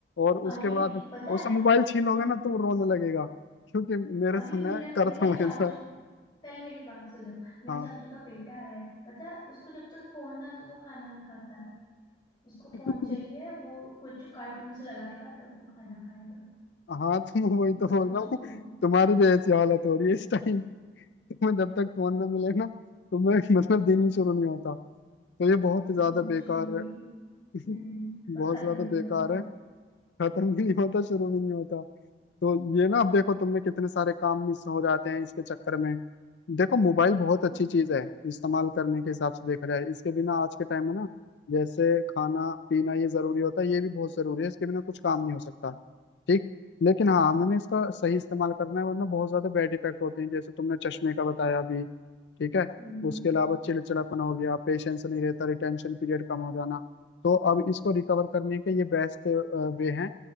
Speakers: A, on the left (about 70°); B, on the left (about 25°).
A: और
B: अरे
A: उसके बाद
B: पता
A: उससे
B: है
A: मोबाइल छीन लोगे
B: हम्म
A: ना तो वो रोने लगेगा क्योंकि मेरे
B: अरे
A: समय
B: मेरा
A: करता
B: मेरा
A: हूँ
B: चाचू
A: ऐसा
B: पहले मेरी बात सुनो मेरे
A: हाँ
B: चाचू का बेटा है पता है उसको जब तक फोन ना तो वो खाना नहीं खाता है उसको
A: <laughs>
B: फोन चाहिए वो कुछ कार्टून से लगाएगा तब वो खाना खाएगा
A: हाँ तुम वही तो
B: बच्चों
A: बोल रहा हूँ
B: को भी
A: तुम्हारी भी ऐसी हालत हो रही है इस टाइम तुम्हें जब तक फोन ना मिले ना तुम्हें <laughs> मतलब दिन ही शुरू नहीं होता तो ये बहुत ही ज्यादा
B: दिन
A: बेकार
B: शुरू नहीं
A: <laughs>
B: हम्म
A: बहुत
B: और खत्म
A: ज्यादा
B: भी नहीं
A: बेकार
B: होता
A: है खत्म भी नहीं होता शुरू भी नहीं होता तो ये ना अब देखो तुमने कितने सारे काम मिस हो जाते हैं इसके चक्कर में देखो मोबाइल बहुत
B: बस,
A: अच्छी चीज है इस्तेमाल करने के हिसाब से देखा जाए इसके बिना आज के टाइम में ना जैसे खाना पीना ये जरूरी होता है ये भी बहुत जरूरी है इसके बिना कुछ काम नहीं हो सकता ठीक लेकिन हाँ हमें इसका सही इस्तेमाल करना है वरना बहुत ज्यादा बैड इफेक्ट होते हैं जैसे तुमने चश्मे का बताया अभी ठीक है
B: हम्म
A: उसके अलावा चिड़चिड़ापन हो गया पेशेंस नहीं रहता रिटेंशन पीरियड कम हो जाना तो अब इसको रिकवर करने के ये बेस्ट वे हैं